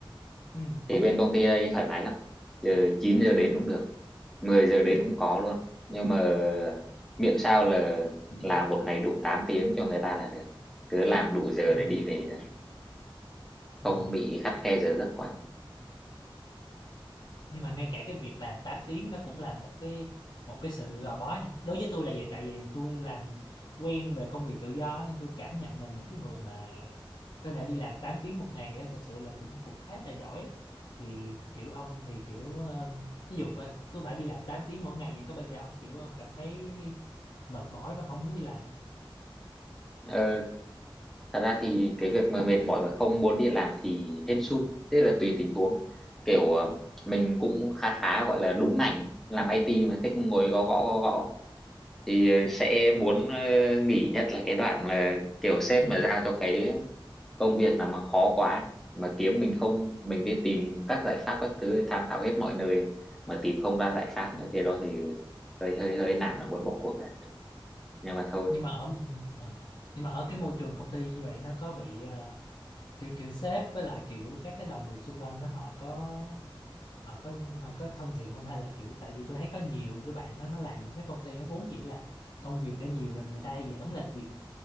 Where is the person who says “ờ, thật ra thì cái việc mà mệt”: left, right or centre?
Centre